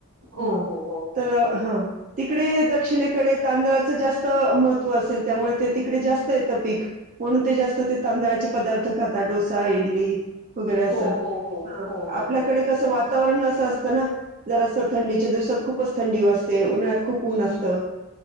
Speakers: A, on the right (about 70°); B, on the right (about 35°).
A: हो
B: हा
A: हो हो.
B: तर हा तिकडे दक्षिणेकडे. तांदळाच जास्त महत्व असेल त्यामुळे ते तिकडे जास्त येतं पीक म्हणून ते जास्त ते तांदळाचे. ळाचे पदार्थ खातात डोसा इडली वगैरे असं,
A: हो हो हो
B: हां
A: हो
B: आपल्याकडे
A: हो हो
B: कसं आ. वातावरण असं असतं ना जर असं थंडीच्या दिवसात खूपच थंडी वाजते उन्हाळ. खूप
A: हम्म
B: ऊन
A: हम्म
B: असतं.